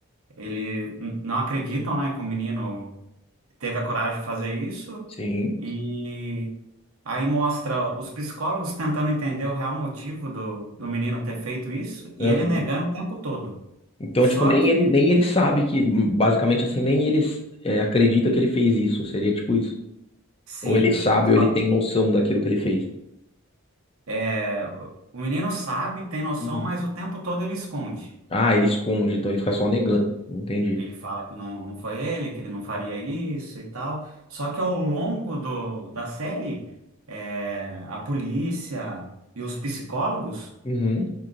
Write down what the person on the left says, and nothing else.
Sim.
Aham.
Então,
tipo, nem
ele, nem ele sabe que, basicamente, assim, nem ele é, acredita que ele fez isso. Seria tipo isso.
Ou ele sabe,
ou ele tem noção daquilo que ele fez.
Uhum.
Ah, ele esconde, então ele fica só negando. Entendi.
Uhum.